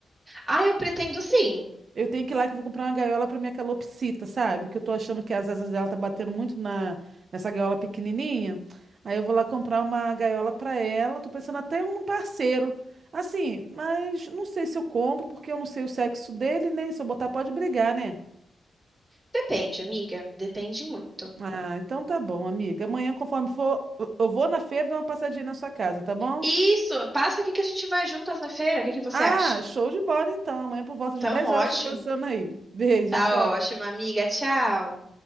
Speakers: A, in the centre; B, on the right.
A: Ah, eu pretendo sim.
B: Eu tenho que ir lá que eu vou comprar uma gaiola para minha calopsita, sabe? Que eu tô achando que as asas dela tá batendo muito na nessa gaiola pequenininha. Aí eu vou lá comprar uma gaiola para ela. Tô pensando até um parceiro. Assim, mas não sei se eu compro, porque eu não sei o sexo dele, né? Se eu botar, pode brigar, né?
A: Depende, amiga. Depende muito.
B: Ah, então tá bom, amiga. Amanhã, conforme for, eu eu vou na feira dar uma passadinha na sua casa, tá bom?
A: Isso, passa aqui que a gente vai juntas na feira. O que que você
B: Ah,
A: acha?
B: show de bola então. Amanhã por volta de
A: Tão
B: 10
A: ótimo.
B: horas estou passando aí. Beijo,
A: Tá
B: tchau.
A: ótimo, amiga. Tchau.